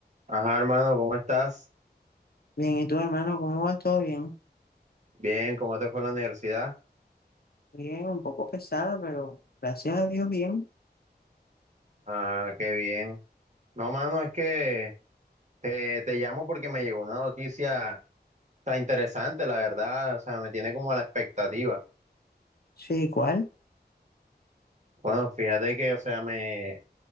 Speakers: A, on the right; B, on the left.
A: Ajá, hermano, ¿cómo estás?
B: Bien, ¿y tú, hermano, cómo va? ¿Todo bien?
A: Bien, ¿cómo te fue en la universidad?
B: Bien, un poco pesada, pero gracias a Dios bien.
A: Ah, qué bien. No, mano, es que te, te llamo porque me llegó una noticia tan interesante, la verdad, o sea, me tiene como a la expectativa.
B: Sí, igual.
A: Bueno, fíjate que, o sea, me,